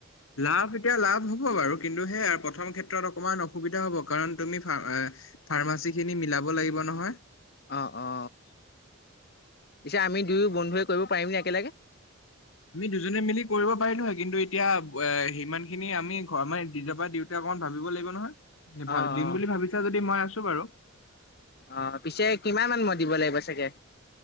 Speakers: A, on the left; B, on the left.
A: লাভ এতিয়া লাভ- হব বাৰু কিন্তু সেয়া প্ৰথম ক্ষেত্ৰত অকমন অসুবিধা হব, কাৰন তুমি ফাৰ্মাচী খিনি মিলাব লাগিব। াব লাগিব নহয়।
B: অ অ। পিছে আমি দুয়ো বন্ধুৱে কৰিব পাৰিমনে একেলগে?
A: আমি দুজনে মিলি কৰিব পাৰিলোহে কিন্তু এতিয়া সিমান খিনি আমি আমাৰ নিজৰ পৰা দিওঁতে- অকমান ভাবিব লাগিব নহয়
B: অ',
A: দিম
B: অ',
A: বুলি ভাবিছা যদি মই আছো বাৰু
B: অ' পিছে কিমান মান মই দিব লাগিব চাগে?